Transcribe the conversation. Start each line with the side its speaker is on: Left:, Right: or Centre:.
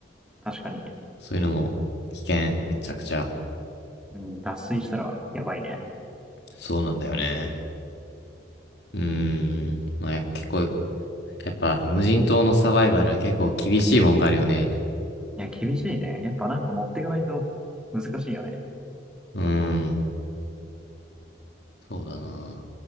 Centre: 確かに。
Left: そういうのも危険、めちゃくちゃ。
Centre: うん、脱水したらやばいね。
Left: そうなんだよね。うーん。まあ、結構、やっぱ無人島のサバイバルは結構厳しいもんがあるよね。
Centre: いや、厳しいね。やっぱなんか持っていかないと難しいよね。
Left: うーん。そうだな。